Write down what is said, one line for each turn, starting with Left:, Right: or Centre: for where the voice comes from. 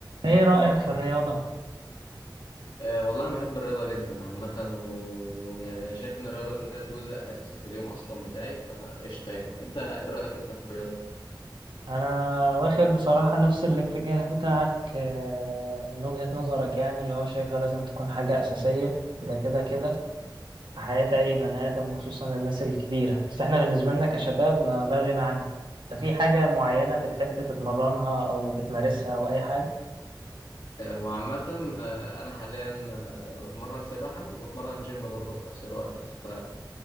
Right: ايه رأيك في الرياضة؟
Left: أه والله أنا بحب الرياضة جدا عامة ويعني أنا شايف إن الرياضة ديت جزء أساسي في اليوم أصلا بتاعي فقشطة يعني أنت إيه رأيك أنت في الرياضة؟
Right: انا واخد بصراحة نفس الاتجاه بتاعك آه، من وجهة نظرك يعني اللي هو شايفها لازم تكون حاجة أساسية ده كده كده في حياة اي بني آدم وخصوصا الناس الكبيرة بس احنا بالنسبة لنا كشباب ما لا غنى عنها انت في حاجة معينة بتحب تتمرنها او بتمارسها او اي حاجة؟
Left: أه هو عامة آه، أنا حاليا آه، بتمرن سباحة وبتمرن جيم برضه في نفس الوقت ف